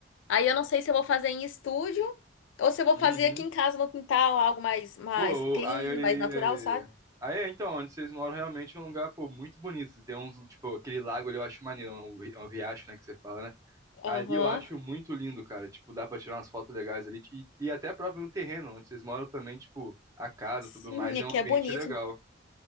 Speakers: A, on the left; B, on the right.
A: Aí eu não sei se eu vou fazer em estúdio ou se eu vou
B: Uhum.
A: fazer aqui em casa no quintal, algo mais, mais
B: Pô,
A: clean,
B: o- aí, aí,
A: mais natural, sabe?
B: aí, é, então, onde vocês moram realmente é um lugar, pô, muito bonito. Tem uns, tipo, aquele lago ali eu acho maneiro, o, ri- o riacho, né, que você fala, né?
A: Aham.
B: Ali eu acho muito lindo, cara. Tipo, dá pra tirar umas fotos legais ali. E, e até próprio no terreno, onde vocês moram também, tipo, a casa,
A: Sim,
B: tudo mais,
A: aqui
B: é um ambiente
A: é bonito.
B: legal.